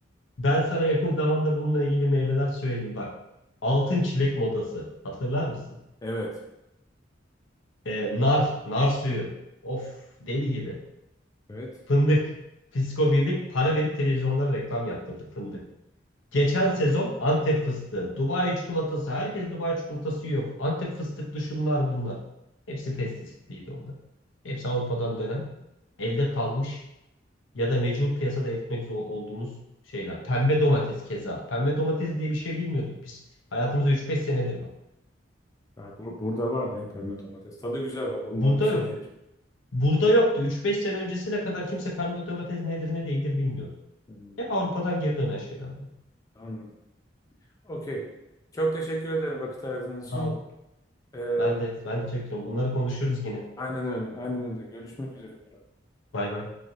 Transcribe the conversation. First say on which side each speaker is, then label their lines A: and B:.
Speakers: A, on the left; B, on the left.
A: Ben sana yakın zamanda bununla ilgili meyveler söyleyeyim bak. Altın çilek modası. Hatırlar mısın?
B: Evet.
A: Ee, nar, nar suyu. Of deli gibi.
B: Evet.
A: Fındık. Fisko Birlik para verip televizyonlara reklam yaptırdı fındık. Geçen sezon Antep fıstığı, Dubai çikolatası, herkes Dubai çikolatası yiyor. Antep fıstıklı şunlar bunlar. Hepsi pestisitliydi onlar. Hepsi Avrupa'dan dönen, elde kalmış ya da mecbur piyasada eritmek zor olduğumuz şeyler. Pembe domates keza. Pembe domates diye bir şey bilmiyorduk biz. Hayatımızda üç beş senedir var.
B: Ya bu- burada vardı ya pembe domates. Tadı güzel bak onunla
A: Burada
B: bir şey
A: yok.
B: diyeceğim.
A: Burada yoktu. Üç beş sene öncesine kadar kimse pembe domates nedir ne değildir bilmiyordu.
B: Hmm,
A: Hep Avrupa'dan geri dönen şeyler bunlar.
B: anladım. Okey. Çok teşekkür ederim vakit ayırdığınız için.
A: Sağ
B: Ee,
A: Ben de ben de çekiyorum. Bunları konuşuruz yine.
B: aynen öyle. Aynen öyle. Görüşmek üzere.
A: Bay bay.